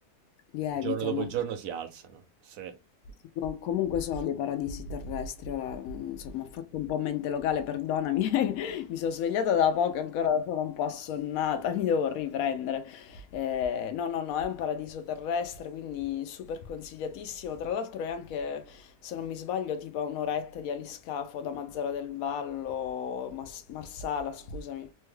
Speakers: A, on the left (about 75°); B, on the right (about 85°).
A: Lievitano.
B: giorno dopo giorno si alzano. Sì.
A: Tipo, Comunque sono dei paradisi terrestri, ora mm, insomma ho fatto un po' mente locale, perdonami, <laughs> mi sono svegliata da poco, ancora sono un po' assonnata, mi devo riprendere. Eh, no, no, no, è un paradiso terrestre, quindi super consigliatissimo. Tra l'altro è anche, se non mi sbaglio, tipo a un'oretta di aliscafo da Mazzara del Vallo, Mas- Marsala, scusami,